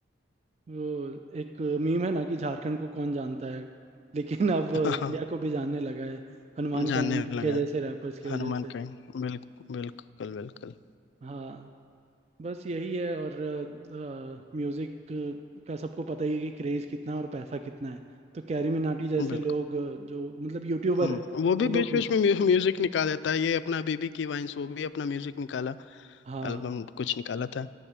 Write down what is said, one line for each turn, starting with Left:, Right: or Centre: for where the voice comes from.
Right: वो एक मीम है ना कि झारखंड को कौन जानता है लेकिन अब
Left: <laughs>
Right: इंडिया
Left: हाँ
Right: को भी जानने लगा है हनुमान
Left: जानने
Right: काइंड
Left: लगा
Right: के जैसे
Left: है
Right: रैपर्स की वजह
Left: हनुमान
Right: से
Left: काइंड बिल्कुल बिल्कुल बिल्कुल
Right: हाँ बस यही है और म्यूजिक का सबको पता ही है कि क्रेज कितना है और पैसा कितना है तो कैरी मिनाटी जैसे
Left: बिल्कुल
Right: लोग अ, जो मतलब यूट्यूबर
Left: हम्म
Right: है
Left: वो
Right: वो
Left: भी
Right: लोग
Left: बीच
Right: भी
Left: बीच में म्यू, म्यूजिक निकाल देता है ये अपना बीबी की वाइंस वो भी अपना म्यूजिक निकाला
Right: हाँ
Left: एल्बम कुछ निकाला था